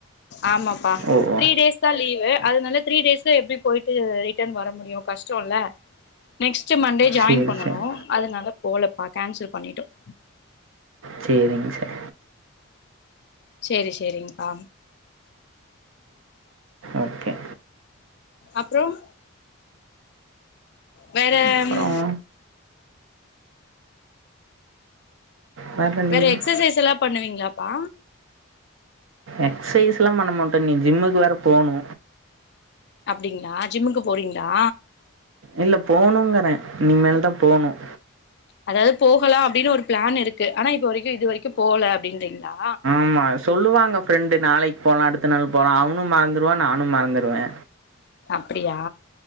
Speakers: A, on the left; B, on the right.
A: ஆமாப்பா
B: ஓ ஓ
A: த்ரீ டேஸ் தான் லீவு அதனால த்ரீ டேஸ்ல எப்டி போயிட்டு ரிட்டர்ன் வர முடியும் கஷ்டம்ல்ல நெக்ஸ்ட்டு மண்டே ஜாயின்
B: சரி
A: பண்ணணும்
B: சரி
A: அதனால போகலப்பா கேன்சல் பண்ணிட்டோம்
B: சேரிங்க ச
A: சேரி சேரிங்கப்பா
B: ஓகே
A: அப்புறம் வேற
B: அப்புறம்
A: ம்
B: வேறு நீங்கள்
A: வேற எக்ஸசைஸ்ல்லாம் பண்ணுவீங்களாப்பா
B: எக்ஸசைஸ்ல்லாம் பண்ண மாட்டேன் இனி ஜிம்முக்கு வேற போணு
A: அப்டிங்களா ஜிம்முக்கு போறீங்களா
B: இல்ல போணுங்கற இனி மேல்தான் போணும்
A: அதாவது போகலா அப்டின்னு ஒரு பிளான் இருக்கு ஆனா இப்ப வரைக்கும் இது வரைக்கும் போகல அப்டின்றீங்களா
B: ஆமா சொல்லுவாங்க ஃப்ரெண்டு நாளைக்கு போலாம் அடுத்த நாள் போலாம் அவனும் மறந்துடுவான் நானும் மறந்துடுவே
A: அப்டியா